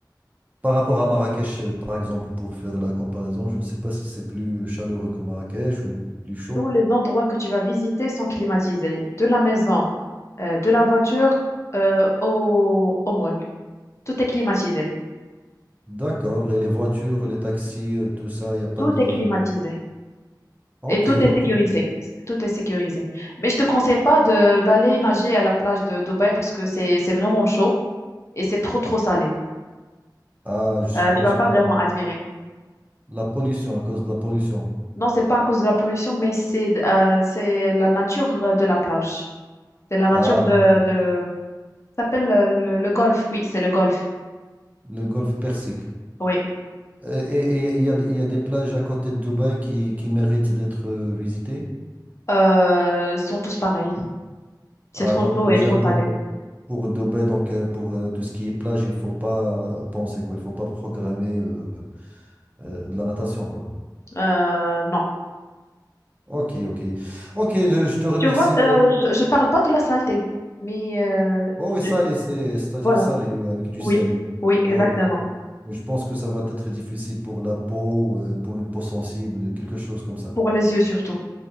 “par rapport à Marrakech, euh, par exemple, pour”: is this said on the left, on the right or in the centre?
Right